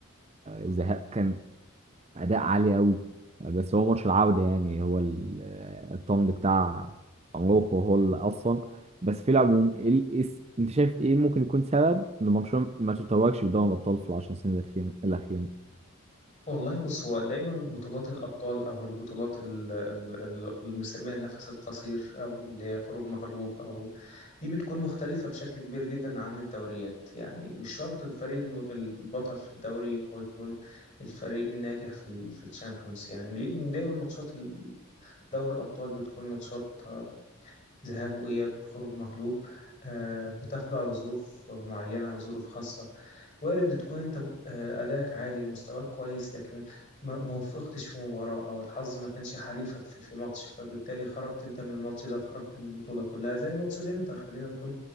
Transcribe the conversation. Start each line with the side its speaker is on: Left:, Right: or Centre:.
Right: ذهاب اداء عالي قوي بس هو ماتش العودة يعني هو ال- الطنج بتاع أراوخو هو اللي أصلا بس في العموم إيه ال- إيه س- أنت شايف إيه ممكن يكون سبب إن برشلونة ما تتوجش بدوري الأبطال في العشر سنين الأخيرة الأخيرة؟
Left: والله بص هو دايما بطولات الأبطال أو البطولات ال- ال- ال- اللي بنسميها النفس القصير أو اللي هي خروج مغلوب أو دي بتكون مختلفة بشكل كبير جدا عن الدوريات يعني مش شرط الفريق الم- البطل في الدوري هو يكون الفريق الناجح في ال- في الشامبيونز يعني ليه؟ لأن دايما ماتشات ال- دوري الأبطال بتكون ماتشات آه، ذهاب وإياب خروج مغلوب آه، بتخضع لظروف معينة أو ظروف خاصة وارد تكون أنت آه، أداءك عالي ومستواك كويس لكن ما ما وفقتش في مباراة أو الحظ ما كانش حليفك في في ماتش فبالتالي خرجت أنت من الماتش ده وخرجت من البطولة كلها زي ماتش الإنتر خلينا نكون